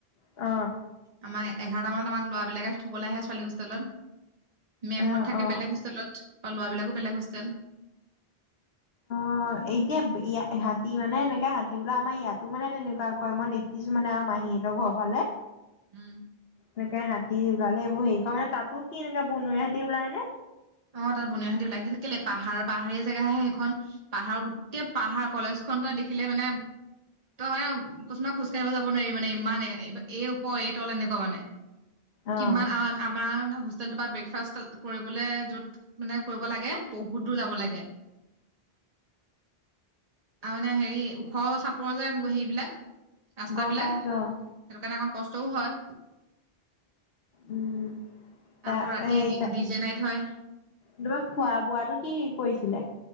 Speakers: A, on the left; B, on the right.
A: অ
B: আমাৰ এঘাৰটা মানত আমাক ল'ৰাবিলাকে থ'বলে আহে ছোৱালী হোষ্টেলত মেমহত
A: অ',
B: থাকে
A: অ',
B: বেলেগ হোষ্টেলত। লৰাবিলাকো বেলেগ হোষ্টেল।
A: অ এতিয়া বি এয়া হাতী মানে এনেকে হাতী ওলা আমাৰ ইয়াতো মানে তেনেকুৱা কয় মই দেখিছো মানে আমাৰ মাহীহঁতৰ ঘৰ ফালে।
B: হু।
A: এনেকে হাতী ওলালে এইবোৰ হেৰি কৰা মানে তাতো কি এনেকে বনৰীয়া হাতী ওলাই নে?
B: অ তাত বনৰীয়া হাতি ওলাই কিন কেলে পাহাৰৰ পাহাৰীয়া জেগা আহে সেইখন। পাহাৰৰ গোটেই পাহাৰ কলেজখন তই দেখিলে মানে তই মানে কিছুমান খোজ কাঢ়িব যাব নোৱাৰি মানে ইমান এই ওপৰ এই তল এনেকুৱা মানে।
A: অ',
B: কিমান আ আমাৰ হোষ্ট চেল বা ব্ৰেকফাষ্ট কৰিবলৈ য'ত মানে কৰিব লাগে বহুত দূৰ যাব লাগে। আ মানে হেৰি ওখ চাপ পৰ যে সেইবিলাক ৰাস্তাবিলাক
A: গম পাইছো
B: সেইটো
A: অ',
B: কাৰণে অকণ কষ্ট চৌ হয়।
A: উম তা
B: আকৌ ৰাতি
A: এই তা
B: ডি জে নাইট হয়
A: তোমাৰ খোৱা বোৱাটো কি কৰিছিলে?